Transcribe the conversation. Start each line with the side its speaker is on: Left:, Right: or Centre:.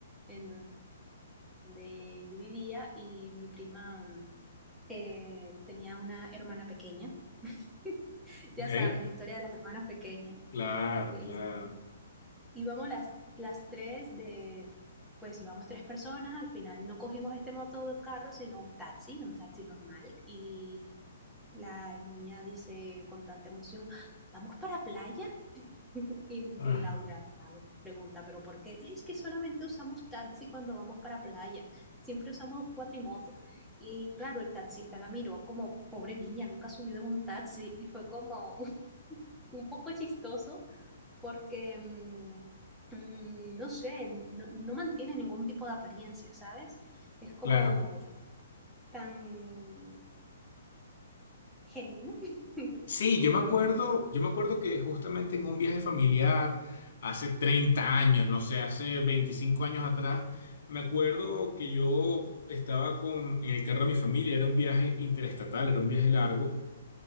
Centre: en donde yo vivía, y mi prima mm, eh, tenía una hermana pequeña. <laughs> Ya
Left: ok,
Centre: sabes, la historia de las hermanas pequeñas.
Left: claro,
Centre: Eh,
Left: claro.
Centre: íbamos las, las tres de, pues íbamos tres personas, al final no cogimos este motocarro, sino un taxi, un taxi normal, y la niña dice con tanta emoción, ¿vamos para playa? <laughs> Y
Left: ah,
Centre: Laura pregunta, ¿pero por qué? "Ay, Es que solamente usamos taxi cuando vamos para playa, siempre usamos cuatrimoto. Y claro, el taxista la miró como, pobre niña, nunca ha subido en un taxi y fue como <laughs> un, poco chistoso porque, mm, mm, no sé, n- no, no mantiene ningún tipo de apariencia, ¿sabes? Es como
Left: claro.
Centre: tan genuino. <laughs>
Left: Sí, yo
Centre: Quiero
Left: me acuerdo, yo me acuerdo que justamente en un viaje familiar, hace 30 años, no sé, hace 25 años atrás, me acuerdo que yo estaba con, en el carro de mi familia, era un viaje interestatal, era un viaje largo,